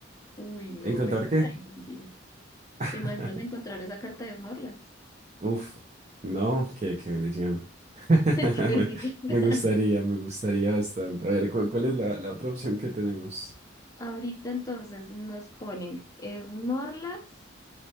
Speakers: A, on the left; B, on the right.
A: Uy, no,
B: ¿encontrar
A: esa
B: qué?
A: está difícil.
B: <laughs>
A: ¿Te imaginas encontrar esa carta de Snorlax?
B: Uf, no, qué, qué bendición. <laughs>
A: <laughs> Qué bien.
B: Me gustaría, me gustaría bastante. A ver, ¿cu- ¿cuál, es la, la otra opción que tenemos?
A: Ahorita entonces nos ponen Snorlax